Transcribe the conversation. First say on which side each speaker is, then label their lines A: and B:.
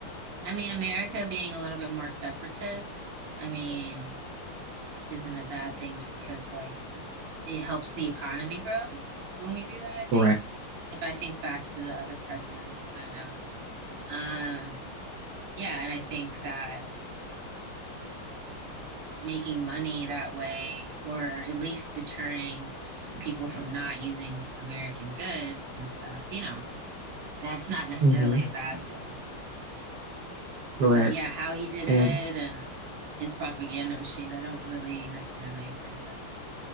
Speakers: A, on the right; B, on the right.
A: I mean, America being a little bit more separatist, I mean, isn't a bad thing just because, like, it's it helps the economy grow when we do that, I think.
B: correct?
A: If I think back to the other presidents that I know. Um, yeah, and I think that making money that way, or at least deterring people from not using American goods and stuff, you know that's not necessarily
B: Mm-hmm.
A: a bad thing.
B: Correct.
A: But yeah, how he did
B: And
A: it and his propaganda machine, I don't really necessarily agree with.